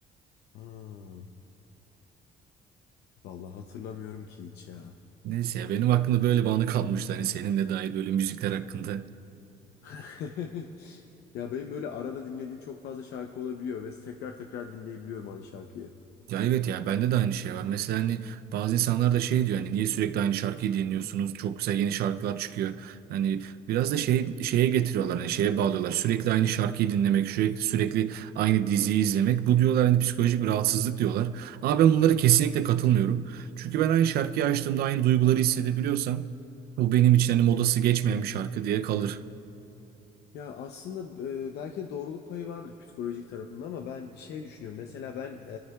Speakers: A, on the left (about 75°); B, on the right (about 65°).
A: Ha, vallahi hatırlamıyorum ki hiç ya.
B: Neyse ya benim aklımda böyle bir anı kalmıştı hani seninle dair böyle müzikler hakkında.
A: <laughs> Ya benim böyle arada dinlediğim çok fazla şarkı olabiliyor ve tekrar tekrar dinleyebiliyorum aynı şarkıyı.
B: Ya evet ya bende de aynı şey var. Mesela hani bazı insanlar da şey diyor hani niye sürekli aynı şarkıyı dinliyorsunuz? Çok güzel yeni şarkılar çıkıyor. Hani biraz da şey şeye getiriyorlar hani şeye bağlıyorlar. Sürekli aynı şarkıyı dinlemek, sürekli, sürekli aynı diziyi izlemek. Bu diyorlar hani psikolojik bir rahatsızlık diyorlar. Ama ben bunlara kesinlikle katılmıyorum. Çünkü ben aynı şarkıyı açtığımda aynı duyguları hissedebiliyorsam bu benim için hani modası geçmeyen bir şarkı diye kalır.
A: Ya aslında e, belki de doğruluk payı vardır psikolojik tarafında ama ben şey düşünüyorum. Mesela ben e,